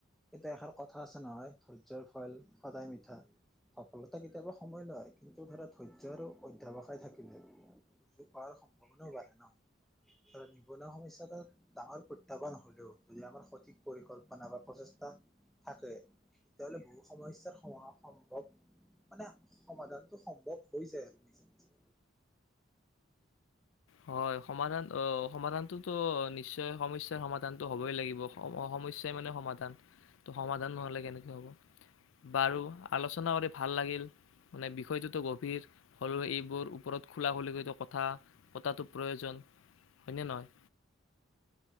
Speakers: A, in the centre; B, on the left.
A: এতিয়া এষাৰ কথা আছে নহয় ধৈৰ্যয়ৰ ফল সদায় মিঠা সফলতা কেতিয়াবা সময় লয়, কিন্তু ধৰা ধৈৰ্যয় আৰু অধ্য়াৱসায় থাকিলে সুযোগ অৰ সম্ভাৱনাও বাঢ়ে ন। ধৰা নিবনুৱা সমস্যা এটা ডাঙৰ প্ৰতয়াহ্বান হলেও যদি আমাৰ সঠিক পৰিকল্পনা বা প্ৰচেষ্টা থাকে। তেতিয়া হলে বহু সমস্য়াৰ সময় সম্ভৱ মানে, সমাধানটো সম্ভৱ হৈ যায় আৰু নিজে নিজে।
B: হয় সমাধান অ সমাধানটোতো নিশ্চয় সমস্যাৰ সমাধানটো হবই লাগিব। সমস্য়াই মানে সমাধান ত সমাধান নহলে কেনেকে হ'ব বাৰু আলোচনা কৰি ভাল লাগিল, মানে বিষয়টোতো গভীৰ হলেও এইবোৰ ওপৰত খোলা খুলি কৰি কথা। পতাটো প্ৰয়োজন। হয়নে নহয়?